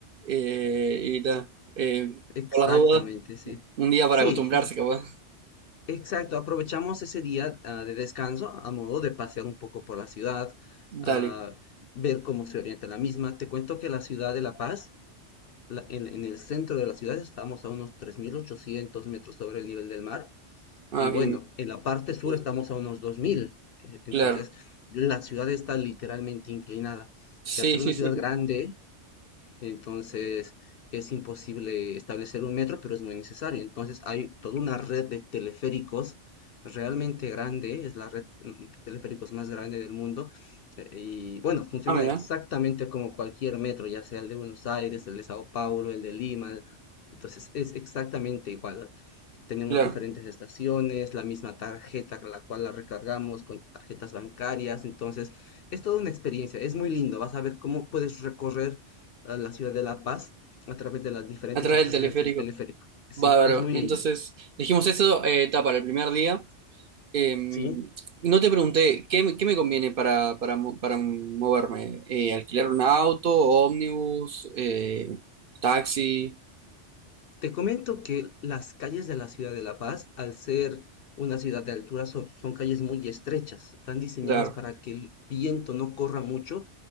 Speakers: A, on the right; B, on the left.
A: eh, y ta, eh,
B: Exactamente,
A: por las dudas,
B: sí.
A: un día para
B: Sí,
A: acostumbrarse,
B: e-
A: capaz.
B: exacto. Aprovechamos ese día ah, de descanso a modo de pasear un poco por la ciudad, ah,
A: Dale.
B: ver cómo se orienta la misma. Te cuento que la ciudad de La Paz, la- en, en el centro de la ciudad, estamos a unos 3.800 metros sobre el nivel del mar.
A: Ah,
B: Y bueno,
A: bien.
B: en la parte sur
A: Sí,
B: estamos a unos 2.000. eh, Entonces,
A: claro.
B: la ciudad está literalmente inclinada.
A: Sí,
B: Y al ser
A: sí,
B: una ciudad
A: sí. sí.
B: grande, entonces es imposible establecer un metro, pero es muy necesario. Entonces hay toda una red de teleféricos realmente grande, es la red mm, de teleféricos más grande del mundo. eh, Y bueno, funciona
A: Ah, mira,
B: exactamente como cualquier metro, ya sea el de Buenos Aires, el de Sao Paulo, el de Lima. Entonces es exactamente igual. Tenemos
A: claro.
B: diferentes estaciones, la misma tarjeta con la cual la recargamos con tarjetas bancarias. Entonces, es toda una experiencia, es muy lindo. Vas a ver cómo puedes recorrer eh, la ciudad de La Paz a través de las diferentes
A: Atrás
B: estaciones
A: del teleférico.
B: del teleférico. Sí,
A: Bárbaro.
B: es muy
A: Entonces,
B: lindo.
A: dijimos eso, eh, ta, para el primer día. Eh,
B: Sí.
A: no te pregunté, ¿qué, me qué me conviene para, para, mo- para moverme? Eh, ¿alquilar un auto, ómnibus, eh, taxi?
B: Te comento que las calles de la ciudad de La Paz, al ser una ciudad de altura, son, son calles muy estrechas. Están diseñadas
A: Claro.
B: para que el viento no corra mucho